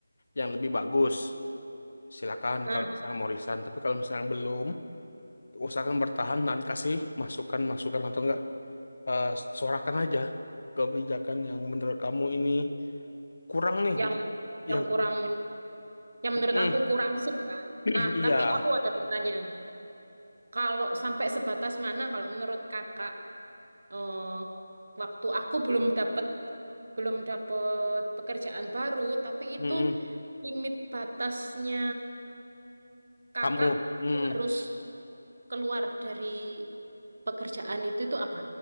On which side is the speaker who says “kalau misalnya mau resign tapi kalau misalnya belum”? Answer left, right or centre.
Left